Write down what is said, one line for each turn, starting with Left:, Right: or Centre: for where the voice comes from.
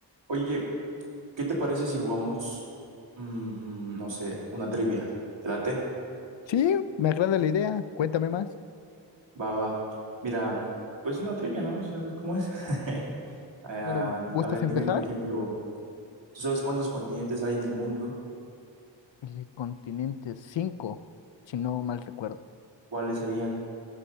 Right: Oye, ¿qué te parece si jugamos, mm, no sé, una trivia? ¿Te late?
Left: Sí, me agrada la idea. Cuéntame más.
Right: Va, va. va. Mira, pues una trivia, ¿no? Si sabes cómo es. <laughs> Ah,
Left: Claro, ¿gustas
Right: a ver,
Left: Bueno,
Right: dime,
Left: empezar?
Right: por ejemplo, ¿tú sabes cuántos continentes hay en el mundo?
Left: El continente 5, si no mal recuerdo.
Right: ¿Cuáles serían?